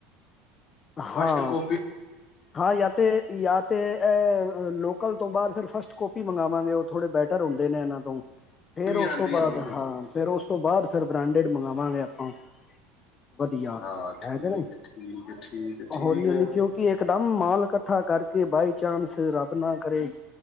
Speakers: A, on the left; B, on the left.
A: ਫਸਟ
B: ਹਾਂ
A: ਕਾਪੀ
B: ਹਾਂ ਯ ਤੇ ਯਾ ਤੇ ਅ ਲੋਕਲ ਤੋਂ ਬਾਅਦ ਫਿਰ ਫਸਟ ਕੋਪੀ ਮੰਗਵਾਵਾਂਗੇ ਉਹ ਥੋੜੇ ਬੈਟਰ ਹੁੰਦੇ ਨੇ ਇਹਨਾਂ ਤੋਂ ਫੇਰ
A: ਵੀ
B: ਉਸ
A: ਆਉਂਦੀ
B: ਤੋਂ ਬਾਅਦ
A: ਹੂੰ
B: ਹਾਂ ਫੇਰ ਉਸ ਉਸ ਤੋਂ ਬਾਅਦ ਫਿਰ ਬ੍ਰਾਂਡਿੰਡ ਮੰਗਵਾਂਗੇ ਆਪਾਂ ਵਧੀਆ
A: ਹਾਂ ਠੀਕ
B: ਕਿ ਨਹੀਂ
A: ਹੈ ਠੀਕ ਹੈ ਠੀਕ ਹੈ ਠੀਕ
B: ਹੌਲੀ
A: ਹੈ।
B: ਹੌਲੀ ਕਿਉਂਕਿ ਇਕਦਮ ਮਾਲ ਇਕੱਠਾ ਕਰਕੇ ਬਾਈ ਚਾਂਸ ਰੱਬ ਨਾ ਕਰੇ